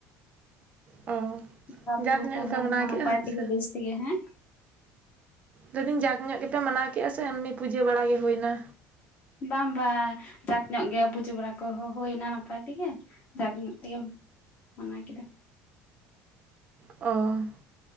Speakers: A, on the right; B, on the left.
A: ᱚ
B: ᱵᱚᱸᱜᱟ ᱵᱩᱨᱩ
A: ᱡᱟᱠ ᱧᱚᱜ
B: ᱠᱚ
A: ᱜᱮᱯᱮ
B: ᱦᱳᱭᱱᱟ
A: ᱢᱟᱱᱟᱣ ᱠᱮᱜᱼᱟ
B: ᱱᱟᱯᱟᱭ ᱛᱮᱜᱮ
A: ᱥᱮ
B: ᱵᱮᱥ ᱛᱮᱜᱮ ᱦᱮᱸ
A: ᱞᱮᱫᱤᱧ ᱡᱟᱠ ᱧᱚᱜ ᱜᱮᱯᱮ ᱢᱟᱱᱟᱣ ᱠᱮᱟ ᱥᱮ ᱮᱢᱱᱤ ᱯᱩᱡᱟᱹ ᱵᱟᱲᱟ ᱜᱮ ᱦᱩᱭᱱᱟ
B: ᱵᱟᱝ ᱵᱟᱝ ᱡᱟᱠ ᱧᱚᱜ ᱜᱮ ᱯᱩᱡᱟᱹ ᱵᱟᱲᱟ ᱠᱚᱦᱚᱸ ᱦᱳᱭᱱᱟ ᱱᱟᱯᱟᱭ ᱛᱮᱜᱮ ᱡᱟᱜᱽ ᱧᱚᱜ ᱛᱮᱜᱮ ᱢᱟᱱᱟ ᱠᱮᱫᱟ
A: ᱚ